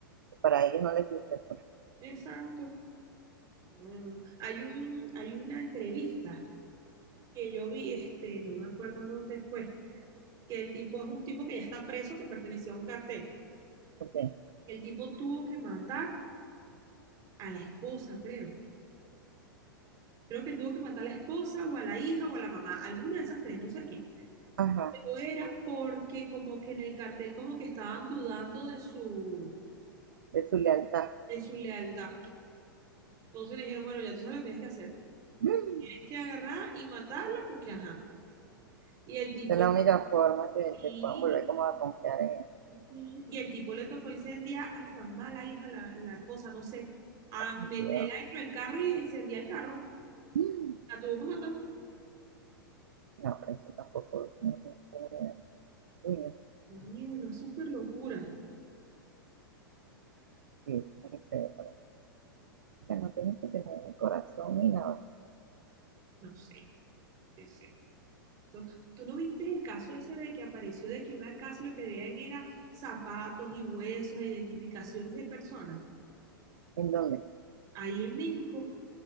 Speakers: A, on the right; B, on the right.
A: para ellos no les guste, pues,
B: Exacto. No, no, no. Hay un, hay una entrevista que yo vi, este, no me acuerdo dónde fue, que el tipo es un tipo que ya está preso, que pertenecía a un cartel.
A: porque,
B: El tipo tuvo que matar a la esposa, creo. Creo que tuvo que matar a la esposa o a la hija o a la mamá, alguna de esas tres, no sé a quién.
A: ajá,
B: Pero era porque como que en el cartel como que estaban dudando de su,
A: de su lealtad.
B: de su lealtad. Entonces le dijeron, bueno, ya tú sabes lo que tienes que hacer.
A: Mm.
B: Tienes que agarrar y matarla porque ajá. Y el tipo
A: Esa es la única forma que,
B: sí,
A: que puedan volver como a confiar en ellos.
B: ujú, y el tipo le tocó incendiar a la mamá, a la hija, a la, a la esposa, no sé, a
A: Ay,
B: meterla
A: Dios.
B: dentro del carro y incendiar el carro.
A: Mm.
B: La tuvo que matar.
A: No, pero eso tampoco no, no tiene- Uy, no,
B: Sí, una súper locura.
A: sí, eso es muy feo. pero, no tienes que tener un corazón ni nada.
B: No sé, ese. Eso- ¿Tú no viste el caso ese de que apareció de que una casa y lo que veían era zapatos y huesos e identificaciones de personas?
A: ¿En dónde?
B: Ahí en México,